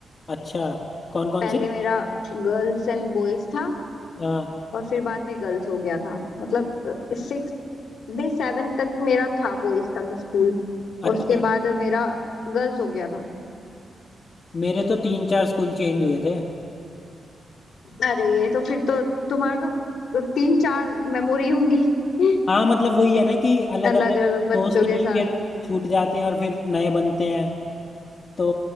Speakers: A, on the left; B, on the left.
A: अच्छा कौन कौन
B: पहले
A: से
B: मेरा गर्ल्स एंड बॉयज था
A: हाँ
B: और फिर बाद में गर्ल्स हो गया था मतलब सिक्स नहीं सेवन तक मेरा था बॉयज तक स्कूल और
A: अच्छा
B: उसके बाद मेरा गर्ल्स हो गया था
A: मेरे तो तीन चार स्कूल चेंज हुए थे
B: अरे तो फिर तो तुम्हारे तो तीन चार मेमोरी होंगी <laughs>
A: हाँ मतलब वही है ना कि अलग
B: अलग
A: अलग
B: अलग बच्चों
A: दोस्त
B: के
A: भी
B: साथ
A: फिर छूट जाते हैं और फिर नए बनते हैं तो